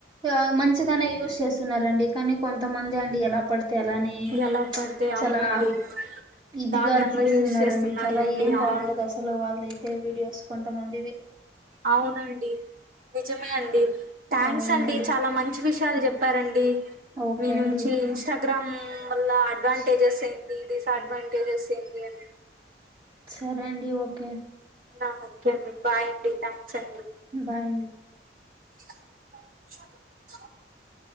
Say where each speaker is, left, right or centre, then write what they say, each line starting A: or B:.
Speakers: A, on the right (about 25°); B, on the right (about 50°).
A: ఆ మంచిగానే యూజ్ చేస్తున్నారండి కానీ కొంతమంది అండి ఎలా పడితే అలానే
B: ఎలా పడితే అవునండి
A: చాలా ఇదిగా
B: దారుణంగా
A: తీస్తున్నారండి
B: యూస్ చేస్తున్నారులేండి
A: చాలా ఏం
B: అవును
A: బాండదు అసల్ అసలు వాళ్ళదైతే వీడియోస్ కొంతమందిది
B: అవునండి నిజమే అండి థాంక్స్
A: అవునండి.
B: అండి చాలా మంచ్ మంచి విషయాలు చెప్పారండి
A: ఓకే
B: మీ నుంచి
A: అండి.
B: ఇన్స్టా గ్రామ్ వల్ల అడ్వాంటేజెస్ ఏంటి డిసఅడ్వాంటేజెస్ ఏంటి అని
A: సరే అండి ఓకే
B: నా ఓక్కే అండి బాయ్ అండి థ్యాంక్స్ అండి
A: బాయండి
B: స